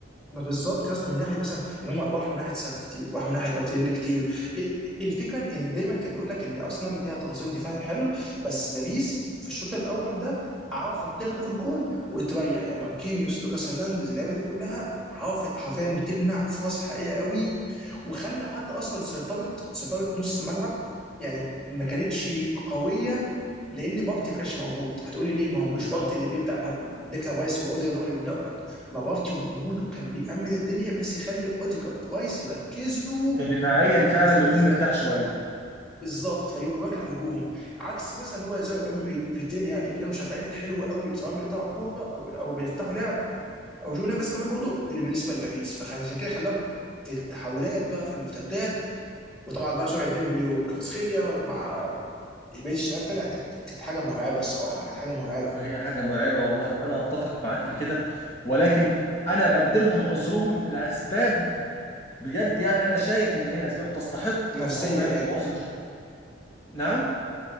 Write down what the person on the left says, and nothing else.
بالظبط
كان دفاعيا فعلا
بيكون مرتاح شويه
ما هي حاجه مرعبه والله وانا اتفق معاك في كده ولكن انا بدلهم عذرهم لاسباب بجد يعني انا شايف ان هي اسباب تستحق
ان هم ياخدوا
العذر نعم